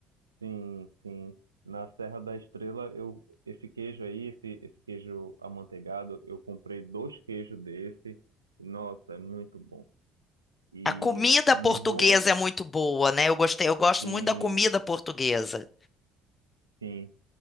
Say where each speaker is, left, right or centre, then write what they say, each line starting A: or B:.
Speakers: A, on the right (about 80°); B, on the left (about 25°).
A: Sim, sim. Na Serra da Estrela, eu, esse queijo aí, esse, esse queijo amanteigado, eu comprei dois queijos desse. nossa, é muito bom. E
B: A comida
A: Lisboa,
B: portuguesa é muito boa, né? Eu gostei, eu gosto
A: sim,
B: muito da comida portuguesa.
A: sim.